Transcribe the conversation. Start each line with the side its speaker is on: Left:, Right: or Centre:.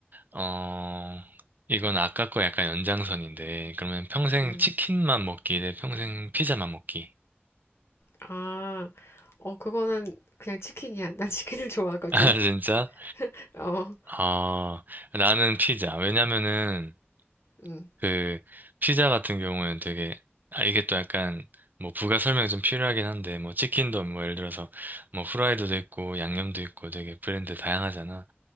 Right: 어, 이건 아까 거 약간 연장선인데, 그러면 평생
Left: 음.
Right: 치킨만 먹기 대 평생 피자만 먹기.
Left: 아, 어, 그거는 그냥 치킨이야. 난 치킨을 좋아하거든.
Right: <laughs> 아, 진짜?
Left: <laughs> 어,
Right: 아, 나는 피자. 왜냐면은,
Left: 음,
Right: 그 피자 같은 경우는 되게 아 이게 또 약간 뭐 부가 설명이 좀 필요하긴 한데 뭐 치킨도 뭐 예를 들어서 뭐 후라이드도 있고 양념도 있고 되게 브랜드 다양하잖아.